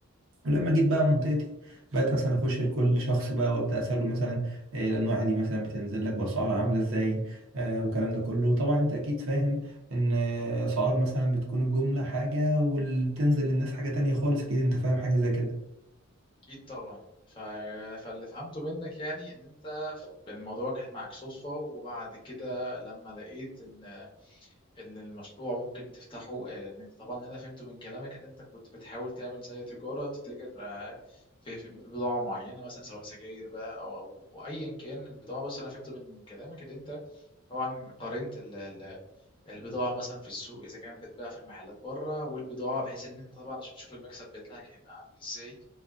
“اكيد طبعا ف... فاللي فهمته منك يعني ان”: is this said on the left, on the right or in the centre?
Left